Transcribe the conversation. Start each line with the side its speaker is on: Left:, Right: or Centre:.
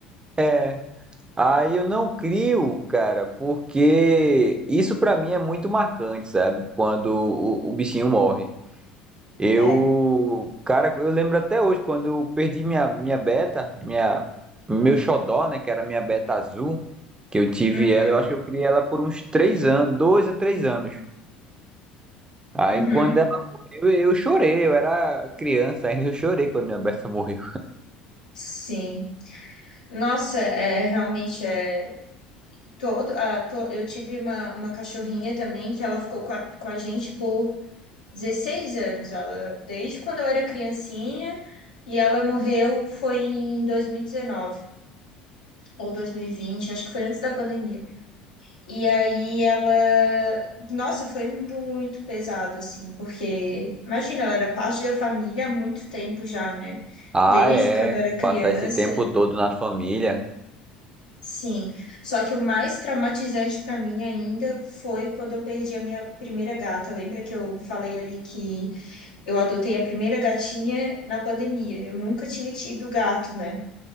Right: É. Aí eu não crio, cara, porque isso pra mim é muito marcante, sabe? Quando o, o bichinho morre. Eu,
Left: É.
Right: cara, eu lembro até hoje quando eu perdi minha minha beta, minha meu xodó, né, que era minha beta azul, que eu tive
Left: Uhum,
Right: ela, eu acho que eu criei ela por uns três anos, dois a três anos. Aí
Left: uhum.
Right: quando ela morreu, eu chorei, eu era criança <laughs> ainda, eu chorei quando minha beta morreu.
Left: Sim. Nossa, é realmente é. Todo, a, to- eu tive uma, uma cachorrinha também que ela ficou com a, com a gente por 16 anos. Ela, desde quando eu era criancinha, e ela morreu foi em 2019 ou 2020 acho que foi antes da pandemia. E aí ela, nossa, foi muito pesado assim, porque imagina, ela era parte da família há muito tempo já, né?
Right: Ah,
Left: Desde
Right: é,
Left: quando eu era criança.
Right: passar esse tempo todo na família.
Left: Sim, só que o mais traumatizante para mim ainda foi quando eu perdi a minha primeira gata. Lembra que eu falei ali que eu adotei a primeira gatinha na pandemia? Eu nunca tinha tido gato, né?